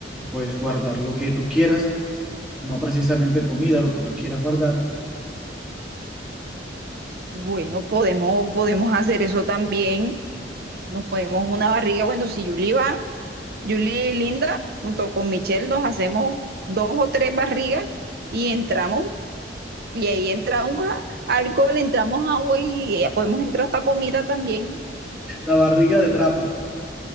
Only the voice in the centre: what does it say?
pues guardar lo que tú quieras, no precisamente comida, lo que tú quieras guardar.
La barriga de trapo.